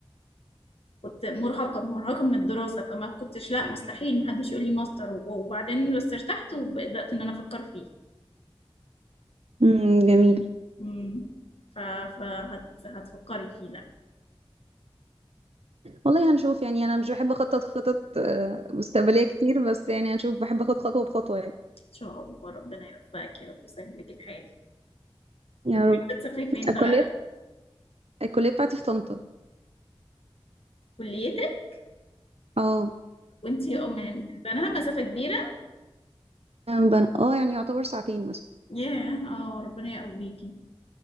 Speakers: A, on the left; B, on the right.
A: كنت مرهقه مرهقه من الدراسه فما كنتش لا مستحيل محدش يقول لي ماستر وبعدين بس ارتحت وبدات ان انا افكر فيه
B: امم جميل
A: امم ف فهت... هتفكري فيه لا
B: والله هنشوف يعني انا مش بحب اخطط خطط آه، مستقبلية كتير بس يعني هنشوف بحب اخد خطوة بخطوة يعني
A: ان شاء الله ربنا يوفقك يا رب يسهل لك الحال
B: يا
A: كنت
B: رب
A: حابه تسافري فين
B: الكلية
A: بقى
B: الكلية بتاعتي في طنطا
A: كليتك
B: اه
A: وانتي ام من بنها مسافه كبيره
B: أنا بنا- اه يعني يعتبر ساعتين مثلا
A: ياه اه ربنا يقويكي